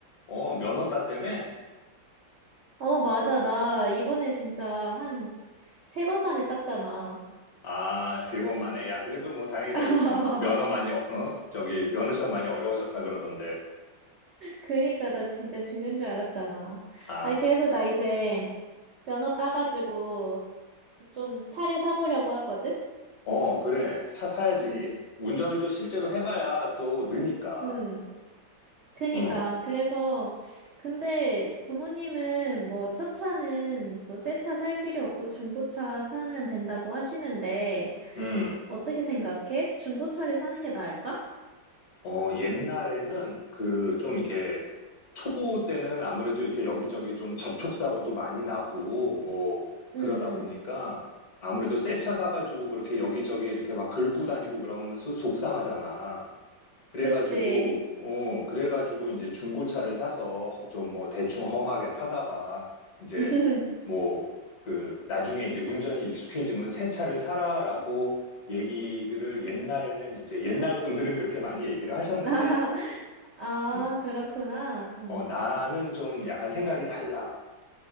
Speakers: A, on the left; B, on the right.
A: 어, 면허 땄 때문에?
B: 어, 맞아. 나 이번에 진짜 한 세 번 만에 땄잖아.
A: 아, 세 번 만에? 야, 그래도 뭐 다행이다.
B: <laughs>
A: 요즘 면허 많이, 어, 어? 저기, 면허 시험 많이 어려워졌다 그러던데.
B: 그니까 나 진짜 죽는 줄 알았잖아.
A: 아,
B: 아니, 그래서 나 이제 면허 따가지고 좀 차를 사보려고 하거든?
A: 어, 그래. 차 사야지.
B: 음,
A: 운전을 또 실제로 해봐야 또 느니까.
B: 음. 그니까.
A: 응,
B: 그래서, 근데 부모님은 뭐 첫 차는 뭐 새 차 살 필요 없고 중고차 사면 된다고 하시는데,
A: 응.
B: 어떻게 생각해? 중고차를 사는 게 나을까?
A: 어, 옛날에는 그 좀 이렇게 초보 때는 아무래도 이렇게 여기저기 좀 접촉사고도 많이 나고 뭐 그러다
B: 응,
A: 보니까
B: 응.
A: 아무래도 새 차 사가지고 그렇게 여기저기 이렇게 막 긁고 다니고 그러면 수- 속상하잖아. 그래가지고,
B: 그치.
A: 어, 그래가지고 이제 중고차를 사서 좀 뭐 대충 험하게 타다가 이제
B: <laughs>
A: 뭐 그 나중에 이제 운전이 익숙해지면 새 차를 사라라고 얘기들을 옛날에는 이제 옛날 분들은 그렇게 많이 얘기를 하셨는데,
B: <laughs> 아,
A: 음,
B: 그렇구나. 음.
A: 어, 나는 좀 약간 생각이 달라.